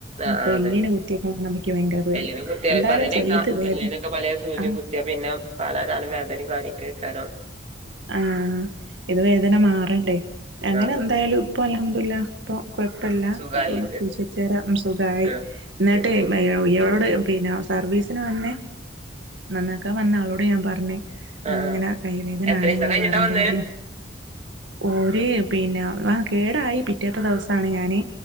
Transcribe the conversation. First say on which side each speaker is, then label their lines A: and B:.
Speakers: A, on the right; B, on the right.
A: ആഹ്
B: അപ്പ
A: ആഹ്
B: എല്ലിന്
A: അതന്നെ
B: കുത്ത്യക്കണം ർ ന്ന് ഭയങ്കര പേടി
A: എല്ലിനും കുത്തിയാ
B: എന്തായാലും
A: പറയ്ണേക്കാ
B: ചെയ്തു വേദന
A: എല്ലിനൊക്കെ പലേ സൂചിയും
B: ആഹ്
A: കുത്തിയാ പിന്നെ പല കാലം വേദനേം കാര്യക്കേക്കാരം
B: ആഹ് ഇത് വേദന മാറണ്ടേ അങ്ങനെ
A: ആഹ് അതന്നെ
B: എന്തായാലും പ്പൊ അൽഹംദുലില്ല പ്പൊ കൊഴ്പ്പല്ല
A: സുഖായിണ്ട്
B: സൂച്യെച്ചേരം സുഖായി
A: ആഹ്
B: ന്നട്ട്
A: ഉം ഉം
B: ഇയാളോട് പിന്നെ സർവീസ് ന് വന്നെ നന്നാക്കാൻ വന്ന ആളോട് ഞാൻ പർഞ്
A: ആഹ് ആഹ്
B: ങ്ങനെ കൈ വേ നാണ്
A: എത്രീസം
B: ങ്ങള്
A: കഴിഞ്ഞിട്ടാ
B: വേറെ ന്തെങ്കിലും
A: വന്നേ
B: ഓര് പിന്നെ ആ കേടായി പിറ്റേത്ത ദിവസാണ് ഞാന്